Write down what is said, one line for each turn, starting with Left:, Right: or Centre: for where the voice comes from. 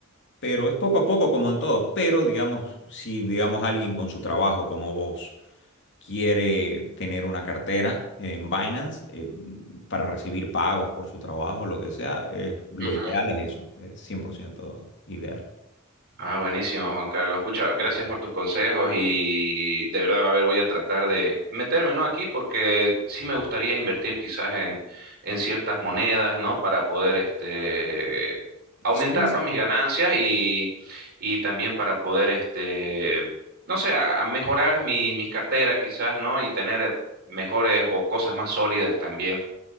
Left: Pero es poco a poco como en todo. Pero, digamos, si, digamos, alguien con su trabajo como vos quiere tener una cartera en Binance eh, para recibir pagos por su trabajo, lo que sea, eh, lo
Right: ujú,
Left: ideal es eso, es 100% ideal.
Right: Ah, buenísimo, Juan Carlos. Pucha, gracias por tus consejos y de verdad, a ver, voy a tratar de meterme, ¿no? Aquí porque sí me gustaría invertir quizás en, en ciertas monedas, ¿no? Para poder, este, aumentar,
Left: Sí,
Right: ¿no? Mis ganancias y, y también para poder, este, no sé, a, a mejorar mi, mis carteras quizás, ¿no? Y tener mejores o cosas más sólidas también.